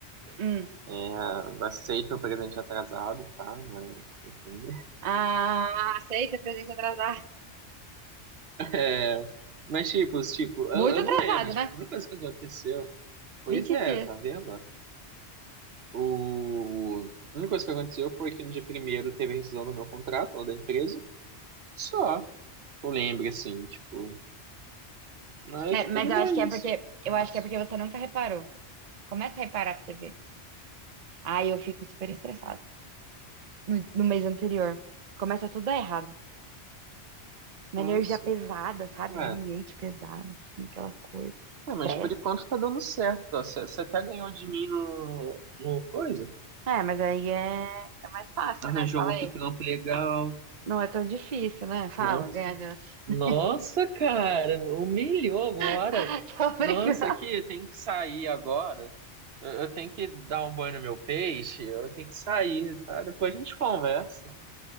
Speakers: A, on the right; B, on the right.
A: Hum.
B: É, aceito o presente atrasado, tá? Mas, enfim.
A: Ah, aceita presente atrasado.
B: <laughs> É, mas, tipo, tipo,
A: Muito
B: eu, eu
A: atrasado,
B: não lembro. Tipo,
A: né?
B: a única coisa que aconteceu. Pois
A: vinte
B: é,
A: dias.
B: tá vendo? O... A única coisa que aconteceu foi que no dia primeiro teve a rescisão do meu contrato, lá da empresa. Só. Eu lembro, assim, tipo. Mas
A: Sério,
B: tô
A: mas
B: de
A: eu
B: boa
A: acho que é
B: isso.
A: porque
B: Nossa.
A: eu acho que é porque você nunca reparou. Começa a reparar pra você ver. Aí eu fico super estressada no, no mês anterior. Começa tudo a dar errado. Uma
B: Nossa.
A: energia pesada, sabe?
B: Ué.
A: Ambiente pesado, assim, aquela coisa. Estresse.
B: É, mas por enquanto tá dando certo, ó. Você até ganhou de mim no, no coisa.
A: É, mas aí é, é mais fácil,
B: Arranjou
A: né? Fala
B: outro
A: aí.
B: trampo legal.
A: Não é tão difícil, né? Fala,
B: Nossa,
A: ganha de você.
B: nossa, cara, humilhou agora.
A: <laughs> Tô brincando.
B: Nossa, aqui tem que sair agora. Eu, eu tenho que dar um banho no meu peixe. Eu tenho que sair, tá? Depois a gente conversa.